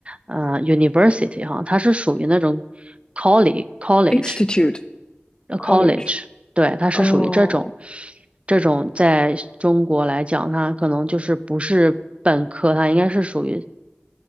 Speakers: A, on the right; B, on the left.
A: 呃，university 哈，它是属于那种 college college
B: institute
A: 呃 college，
B: college？
A: 对，它是属于这种，
B: 哦，
A: 这种在中国来讲，它可能就是不是本科，它应该是属于